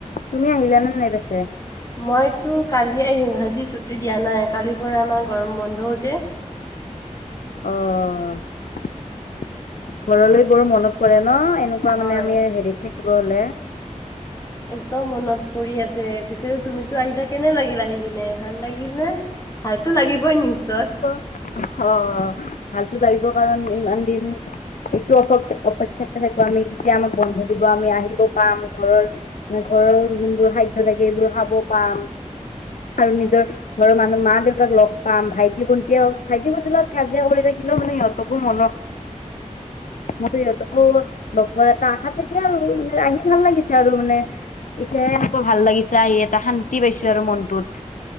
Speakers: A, on the left; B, on the left.
A: তুমি আহিলানে নাই পেছে?
B: মইতো কালি আহিম। আজি ছুটি দিয়া নাই। কালিৰ পৰা আমাৰ গৰম বন্ধও যে।
A: অহ। ঘৰলৈ গঘ মনত পৰে ন। এনেকুৱা
B: হয়
A: মানে আমি হেৰিত থাকিব হলে
B: একদম মনত পৰি আছে। পিছে তুমিতো আহিলা, কেনে লাগিল আহি কিনে? ভাল লাগিল নে? ভালতো লাগিবই নিশ্চয়।
A: অহ। ভালতো লাগিব কাৰণ ইমান দিন সেইটো অপ অপেক্ষাত থাকো আমি। কেতিয়া আমাক বন্ধ দিব, আমি আহিব পাম। ঘৰৰ মানে ঘৰৰ যোনবোৰ খাদ্য থাকে, সেইবোৰ খাব পাম। আৰু
B: হয়
A: নিজৰ ঘৰৰ মানুহ মা- দেউত লগ পাম। ভাইটি-ভন্টিও, ভাইটি-ভন্টি লগত কাজিয়া কৰি থাকিলেও মানে সিহঁতকো মনত মোৰো সিহঁতকো লগ পোৱাৰ এটা আশা থাকে আৰু। আহি ভাল লাগিছে। আৰু মানে এতিয়াহে আকৌ ভাল লাগিছে। আহি ইয়াতে শান্তি পাইছো আৰু মনটোত।